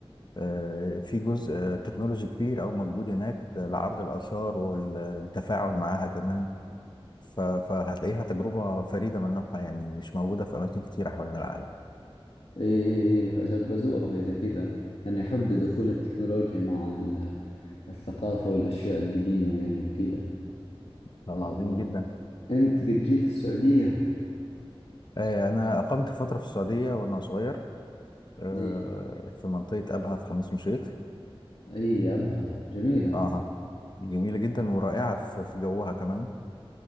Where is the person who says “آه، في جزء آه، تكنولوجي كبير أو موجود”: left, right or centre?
Left